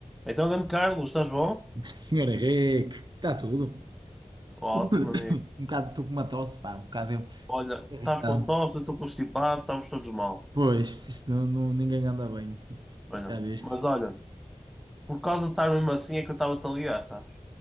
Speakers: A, in the centre; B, on the right (about 35°).
A: Então, grande Carlos, estás bom?
B: Senhor Henrique, está tudo.
A: Ótimo,
B: <coughs>
A: amigo.
B: Um bocado estou com uma tosse, pá, um bocado
A: Olha,
B: irritante.
A: estás com tosse, eu estou constipado, estamos todos mal.
B: Pois, isto não, não- ninguém anda bem.
A: Mas não.
B: Já viste?
A: Mas olha, por causa de estar mesmo assim é que eu estava-te a ligar, sabes?